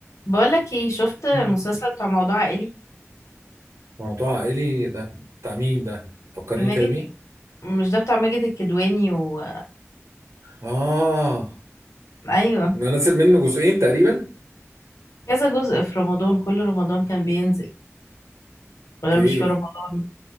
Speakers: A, on the left; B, on the right.
A: بقولك ايه شفت المسلسل
B: مم.
A: بتاع موضوع عائلي
B: موضوع عائلي ده بتاع مين ده فكرني
A: ماجد
B: كده بيه
A: مش ده بتاع ماجد الكدواني و...
B: اه
A: ايوه
B: انا نازل منه جزئين تقريبا
A: كذا جزء في رمضان كل رمضان كان بينزل ولا
B: كيف
A: مش في رمضان